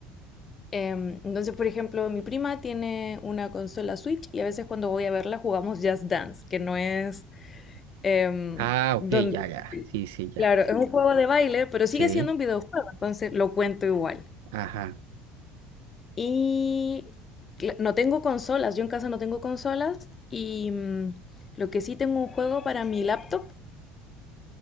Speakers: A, on the left (about 30°); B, on the right (about 85°).
A: Em, entonces, por ejemplo, mi prima tiene una consola Switch y a veces cuando voy a verla jugamos Just Dance, que no es em,
B: Ah, ok,
A: donde...
B: ya, ya. Sí, sí, ya.
A: Claro, es un juego de baile, pero
B: Sí.
A: sigue siendo un videojuego, entonces lo cuento igual.
B: Ajá.
A: Y cla- no tengo consolas, yo en casa no tengo consolas y mm, lo que sí tengo un juego para mi laptop